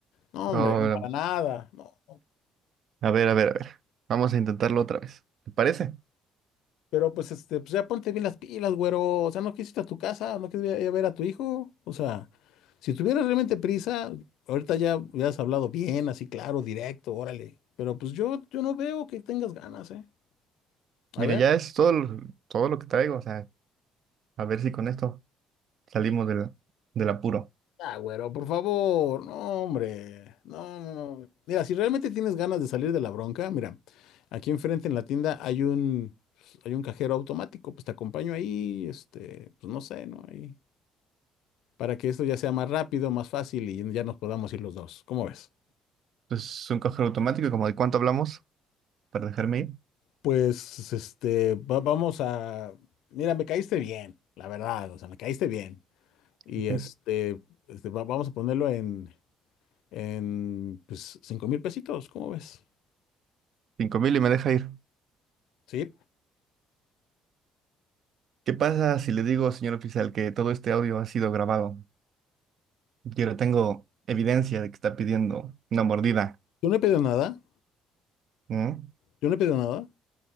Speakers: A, on the left; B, on the right.
A: no, hombre,
B: Ahora,
A: no, para nada, no,
B: a ver, a ver, a ver. Vamos a intentarlo otra vez. ¿Le parece?
A: Pero pues, este, pues ya ponte bien las pilas, güero. O sea, no quisiste a tu casa, no quisiste ir a ir a ver a tu hijo. O sea, si tuvieras realmente prisa, ahorita ya hubieras hablado bien, así claro, directo, órale. Pero pues yo, yo no veo que tengas ganas, ¿eh? A
B: Mire,
A: ver.
B: ya es todo, lo- todo lo que traigo. O sea, a ver si con esto salimos del, del apuro.
A: Ah, güero, por favor. No, hombre. No, no, no. Mira, si realmente tienes ganas de salir de la bronca, mira, aquí enfrente en la tienda hay un, hay un cajero automático. Pues te acompaño ahí, este, pues no sé, ¿no? Ahí. para que esto ya sea más rápido, más fácil y ya nos podamos ir los dos. ¿Cómo ves?
B: Es un cajero automático, como de cuánto hablamos, para dejarme ir.
A: Pues, este, va- vamos a... Mira, me caíste bien, la verdad, o sea, me caíste bien. Y
B: <laughs>
A: este, este, va- vamos a ponerlo en, en, pues, cinco mil pesitos, ¿cómo ves?
B: Cinco mil y me deja ir.
A: Sí.
B: ¿Qué pasa si le digo, señor oficial, que todo este audio ha sido grabado? Yo le tengo evidencia de que está pidiendo una mordida.
A: Yo no he pedido nada,
B: Mm,
A: yo no he pedido nada.